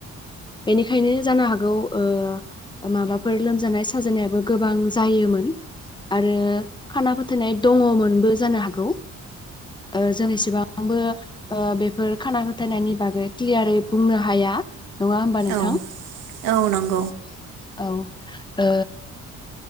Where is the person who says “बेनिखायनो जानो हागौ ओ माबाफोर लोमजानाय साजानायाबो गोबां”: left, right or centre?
Left